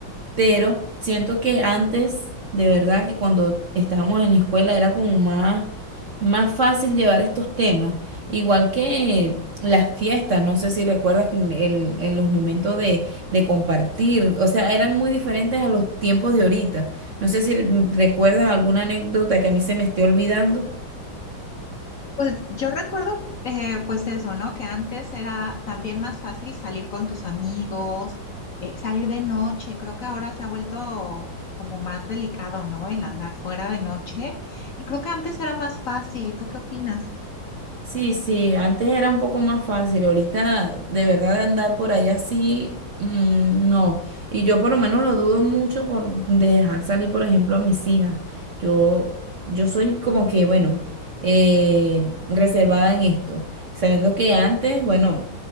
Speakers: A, on the right (about 50°); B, on the left (about 55°).
A: pero siento que antes, de verdad, que cuando estábamos en la escuela era como más, más fácil llevar estos temas. Igual que las fiestas, no sé si recuerdas en el- en los momentos de, de compartir, o sea, eran muy diferentes a los tiempos de ahorita. No sé si recuerdas alguna anécdota que a mí se me esté olvidando.
B: Pues yo recuerdo, eh, pues eso, ¿no? Que antes era también más fácil salir con tus amigos, eh, salir de noche. Creo que ahora se ha vuelto como más delicado, ¿no? El andar fuera de noche. Y creo que antes era más fácil. ¿Tú qué opinas?
A: Sí, sí, antes era un poco más fácil, ahorita de verdad andar por ahí así, mm, no. Y yo por lo menos lo dudo mucho por de dejar salir, por ejemplo, a mis hijas. Yo, yo soy como que, bueno, eh, reservada en esto, sabiendo que antes, bueno,